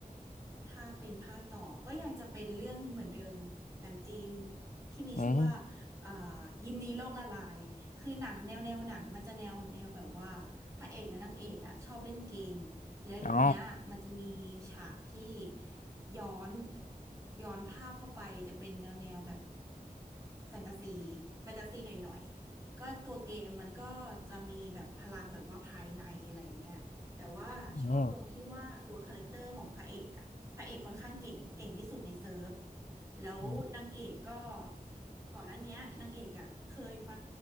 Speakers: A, on the right; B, on the left.
A: ถ้าเป็นภาคต่อก็ยังจะเป็นเรื่องเหมือนเดิมหนังจีนที่มีชื่อว่า
B: อืม
A: อ่ายิมนี้โลกละลายคือหนังแนวแนวหนังมันจะแนวแนวแบบว่าพระเอกและนางเอกอ่ะชอบเล่นเกมแล้วทีเนี้ยมันจะมีฉากที่
B: อ๋อ
A: ย้อนย้อนภาพเข้าไปจะเป็นแนวแนวแบบแฟนตาซีแฟนตาซีหน่อยๆก็ตัวเกมมันก็จะมีแบบพลังแบบว่าภายในอะไรอย่างเงี้ย แต่ว่าชอบตรงที่ว่าตัวคาแรคเตอร์ของพระเอกอะพระเอกค่อนข้างเก่งเก่งที่สุดในเซิร์ฟ
B: อืม
A: แล้วนางเอกก็
B: อืม
A: ก่อนหน้าเนี้ยนางเอกอะเคยไป